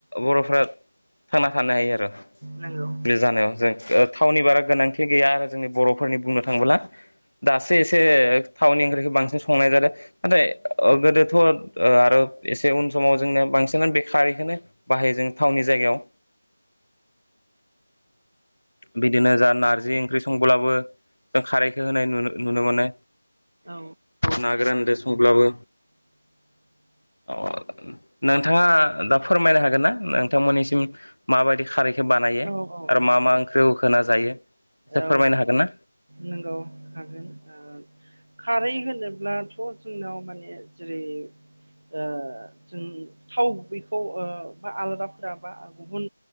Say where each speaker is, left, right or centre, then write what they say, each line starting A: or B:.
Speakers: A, on the left (about 80°); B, on the right (about 65°).
A: बर'फ्रा थांना थानो हायो आरो।
B: नंगौ
A: बे जानायाव जों ओ थावनि बारा गोनांथि गैया आरो जोंनि बर'फोरनि बुंनो थाङोब्ला। दासो एसे थावनि ओंख्रिखो बांसिन संनाय जादो नाथाय ओ गोदोथ' आरो एसे उन समाव जोंनिया बांसि नानो बे खारि खोनो बाहायो जों थाावनि जायगायाव। बिदिनो जा नारजि ओंख्रि संब्लाबो जों खारैखो होनाय नुनो नुनो मोनो।
B: औ
A: ना गोरानदो संब्लाबो। अ नोंथांआ दा फोरमायनो हागोन ना नोंथांमोननिसिम माबायदि खारैखो बानायो
B: नंगौ औ
A: आरो
B: नोंथां
A: मा मा ओंख ख्रियाव होना जायो
B: औ
A: फोरमायनो हागोन ना?
B: नंगौ हागोन ओ खारै होनोब्लाथ' जोंनाव माने जेरै ओ जों थाव बेैखौ ओ बा आलादाफोरा बा गुबुन